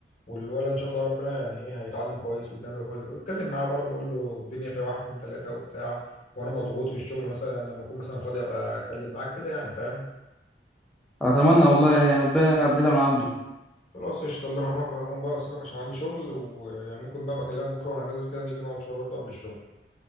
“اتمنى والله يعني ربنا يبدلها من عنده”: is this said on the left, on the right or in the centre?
Centre